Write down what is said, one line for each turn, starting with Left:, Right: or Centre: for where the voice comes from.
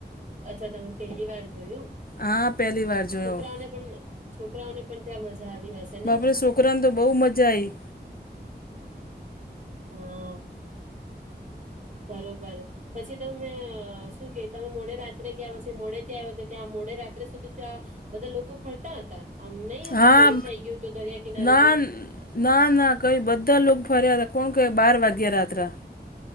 Right: અચ્છા તમે પેલી વાર જોયું
Left: હા પહેલી વાર જોયો
Right: છોકરાઓને પણ છોકરાઓને પણ ત્યાં મજા આવી હશે. ને
Left: બાપરે છોકરાને તો બહુ મજા આવી.
Right: હમ. બરોબર. પછી તમે શું કે તમે મોડે રાત્રે ગયા પછી મોડે ત્યાં આવ્યા ત્યાં મોડે રાત્રે સુધી ત્યાં. બધા લોકો ફરતા હતા આમ નહી આમ
Left: હા
Right: કે મોડું થઈ ગયું હતું દરિયા કિનારેથી.
Left: ના ના ના કઈ બધા લોકો ફર્યા હતા કોણ ક બાર વાગ્યા રાત્રે